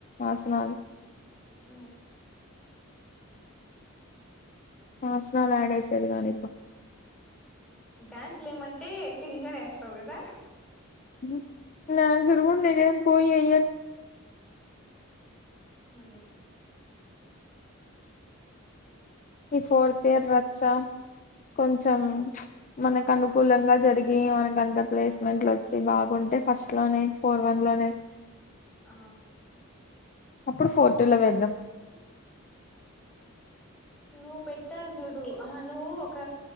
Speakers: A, on the left; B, in the centre.
A: ఆసనాలు
B: ఉ
A: ఆస్నాలు ఆడేసాడు గాని పో
B: డ్యాన్స్ లేమంటే టింగనేస్తావు కదా
A: ఉ లేజరుగుడ నీకేం పోయేయర్
B: ఊ
A: ఈ ఫోర్త్ ఇయర్ రచ్చా కొంచెం ప్చ్ మనకు అనుకూలంగా జరిగి మనక అంత ప్లేస్మెంట్లు వచ్చి బాగుంట్ అంటే ఫస్ట్ లోనే ఫోర్ వన్ లోనే
B: ఆ
A: ఇప్పుడు ఫోర్ టు ల వెడ్దాం
B: నువ్వు పెట్టావు చూడు ఆ నువ్వు ఒక